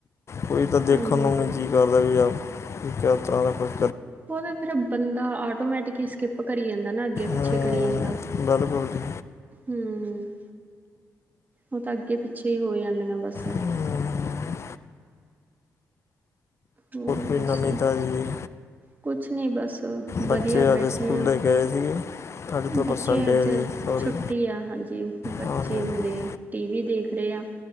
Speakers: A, on the left; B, on the right.
A: ਕੋਈ ਤਾ ਦੇਖਣ
B: ਹਾਂਜੀ
A: ਨੂੰ ਨਈ ਜੀ ਕਰਦਾ ਵੀ ਯਾਰ ਕਿਸ ਤਰ੍ਹਾਂ ਦਾ ਕੁਛ।
B: ਓ ਤੇ ਫੇਰ ਬੰਦਾ ਆਟੋਮੈਟਿਕਲੀ ਸਕਿੱਪ ਕਰੀ ਜਾਂਦਾ ਨਾ ਅੱਗੇ ਪਿੱਛੇ
A: ਹੂੰ
B: ਕਰੀ ਜਾਂਦਾ।
A: ਬਿਲਕੁਲ ਜੀ
B: ਹੁੰ ਓ ਤਾ ਅੱਗੇ ਪਿੱਛੇ ਈ ਹੋ ਜਾਂਦੀਆਂ ਬਸ।
A: ਹਮ,
B: ਹੋਰ
A: ਕੋਈ
B: ਦੱਸੋ?
A: ਨਵੀਂ ਤਾਜੀ
B: ਕੁਛ ਨੀ ਬਸ
A: ਬੱਚੇ
B: ਵਧੀਆ
A: ਅੱਜ
B: ਬੈਠੇ
A: ਸਕੂਲੇ
B: ਆਂ।
A: ਗਏ ਸੀਗੇ ਅੱਜ ਤਾਂ ਪਰ
B: ਬੱਚੇ
A: ਸੰਡੇ
B: ਅੱਜ
A: ਹੈ ਜੀ ਸੌਰੀ
B: ਛੁੱਟੀ ਆ ਹਾਂਜੀ ਬੱਚੇ
A: ਹਾਂ ਨਹੀਂ
B: ਮੇਰੇ ਟੀ ਵੀ ਦੇਖ ਰੇ ਆ